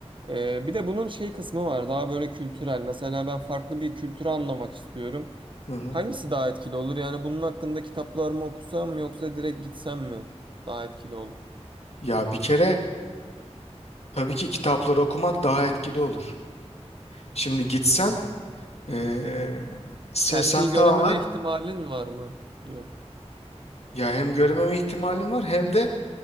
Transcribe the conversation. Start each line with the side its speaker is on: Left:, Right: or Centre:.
Right: E, bir de bunun şey kısmı var daha böyle kültürel. Mesela ben farklı bir kültürü anlamak istiyorum.
Left: hı hı.
Right: Hangisi daha etkili olur? Yani bunun hakkında kitaplar mı okusam mı yoksa direkt gitsem mi daha etkili olur?
Left: Ya bir kere Tabii ki kitapları okumak daha etkili olur. Şimdi gitsen eee, se-
Right: Her
Left: sen
Right: şeyi
Left: tamamen
Right: görememe ihtimalin var mı diyorsun.
Left: ya hem görmeme ihtimalin var hem de